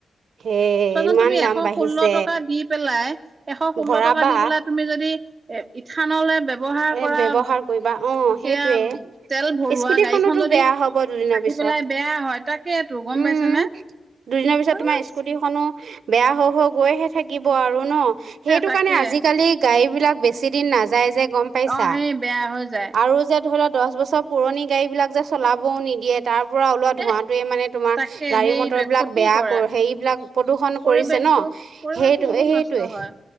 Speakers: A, on the right; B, on the right.
A: সেই
B: চোৱাচোন
A: ইমান
B: তুমি
A: দাম
B: এশ
A: বাঢ়িছে
B: ষোল্ল টকা দি পেলাই এশ ষোল্ল
A: ভৰাবা
B: টকা দি পেলাই তুমি যদি এ ইথানলে ব্যৱহাৰ
A: এ
B: কৰা
A: ব্যৱহাৰ কৰিবা অহ
B: সেয়া
A: সেইটোৱে
B: তেল ভৰোৱা
A: স্কুটিখনোতো
B: গাড়ীখন যদি
A: বেয়া হব দুদিনৰ
B: আহি
A: পিছত।
B: পেলাই বেয়া হয় তাকেতো গম
A: উম
B: পাইছে নে
A: দুদিনৰ পিছত
B: তাকে
A: তোমাৰ স্কুটিখনো, বেয়া হ হৈ গৈহে থাকিব আৰু। ন সেইটো
B: তাকে
A: কাৰণে আজিকালি গাড়ী, বিলাক বেছি দিন নাযায় যে গম পাইছা
B: অ সেই বেয়া হৈ যায়।
A: আৰু যে ধৰি লওক দহ বছৰ পুৰণি গাড়ীবিলাক যে চলাবও নিদিয়ে, তাৰ পৰা ওলোৱা ধোঁৱাটোৱে
B: এ
A: মানে তোমাৰ
B: তাকে
A: গাড়ী
B: সেইটোৱে
A: মটৰ বিলাক
B: ক্ষতি
A: বেয়া
B: কৰে
A: কৰ সেইবিলাক প্ৰদূষণ
B: পৰিৱেশটো
A: কৰিছে ন,
B: পৰিৱেশটো
A: সেইটো
B: বহুত
A: সেইটোৱে
B: নষ্ট হয়